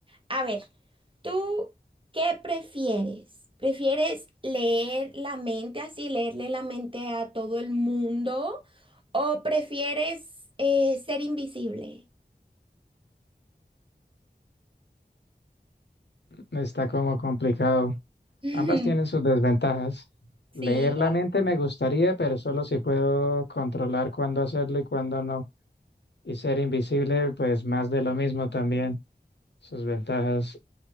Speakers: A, on the right (about 30°); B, on the left (about 75°).
A: A ver, ¿tú qué prefieres? ¿Prefieres leer la mente así, leerle la mente a todo el mundo? ¿O prefieres eh, ser invisible?
B: está como complicado.
A: <laughs>
B: Ambas tienen sus desventajas.
A: Sí.
B: Leer la mente me gustaría, pero solo si puedo controlar cuándo hacerlo y cuándo no. Y ser invisible, pues más de lo mismo también, sus ventajas.